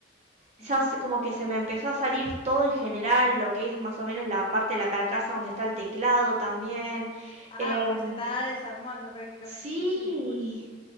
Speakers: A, on the right; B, on the left.
A: ya
B: Ujú.
A: se- como que se me empezó a salir todo en general, lo que es más o menos la parte de la carcasa donde está el teclado también.
B: Ah,
A: Em,
B: o sea, se estaba desarmando prácticamente
A: Sí.
B: en sí misma.